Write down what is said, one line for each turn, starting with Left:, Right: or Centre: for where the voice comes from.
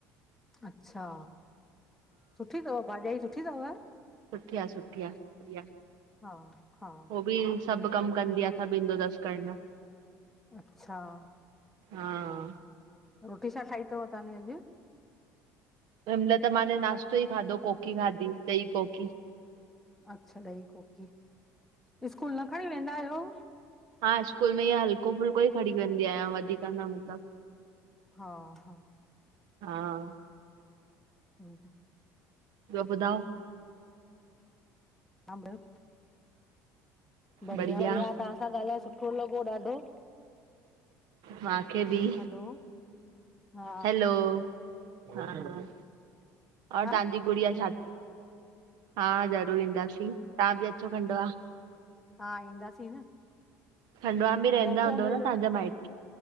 Centre: अच्छा सुठी थव भाॼाई सुठ। थी थव।
Right: सुठि या सुठि या बढ़िया
Centre: हा हा
Right: हो बि। सभ कम कंदी आ सभ इंदो थस करणा।
Centre: अच्छां
Right: हां आ
Centre: रोटी छा ठाही तव ताने अॼ!
Right: हिनमल त माने नाश्तो ई खादो कोकी खादी, द्ही कोकी।
Centre: अच्छा द्ही कोकी, स्कूल न खणी वेंदा आयों।
Right: हां स्कूल में ईअ हल्को फुल्को ई खणी वेंदी आयां वधिक न मतलब।
Centre: हां-हा
Right: हा आ
Centre: रोज़
Right: ब्यो बुधाओ
Centre: तां बुधायो बढ़िया-बढ़िया
Right: बढ़िया
Centre: तहां सां गालाए सुठो लगो ॾाढो।
Right: माखे भी!
Centre: हलो हा
Right: हलो हा-हा और
Centre: हा
Right: ताहांजी गुड़िया छा हा ज़रूर ईंदासीं तहां बि अचो खंडवा।
Centre: हा ईंदासीं न।
Right: खंडवा में रहंदा
Centre: मौको
Right: हूंदव
Centre: मिलियो
Right: न तहां
Centre: त
Right: जा माइट्र